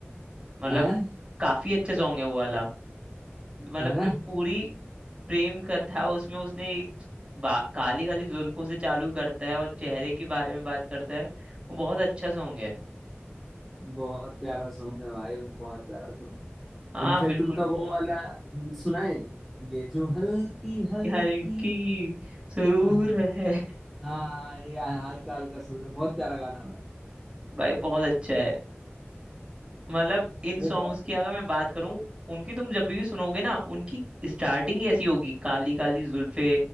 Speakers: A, on the right; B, in the centre.
A: मतलब
B: है
A: काफी अच्छा सॉन्ग है वो वाला मतलब
B: है ना
A: जो पूरी प्रेम कथा उसमें उसने एक बा- काली काली जुल्फों से चालू करता है और चेहरे के बारे में बात करता है वो बहुत अच्छा सॉन्ग है
B: बहुत प्यारा सॉन्ग है भाई बहुत प्यारा सॉन्ग है
A: हाँ
B: इनफेक्ट
A: बिल्कुल
B: उनका वो वाला सुना है ये जो हल्की हल्की
A: ये हल्की सुरूर
B: हाँ हाँ
A: है
B: हाँ, ये हल्का हल्का सुन रहे बहुत प्यारा गाना है भाई
A: <laughs> भाई बहुत अच्छा है मतलब इन सॉन्ग्स
B: वो
A: की अगर मैं बात करूं उनकी तुम जब भी सुनोगे ना उनकी स्टार्टिंग ही ऐसी होगी काली काली जुल्फे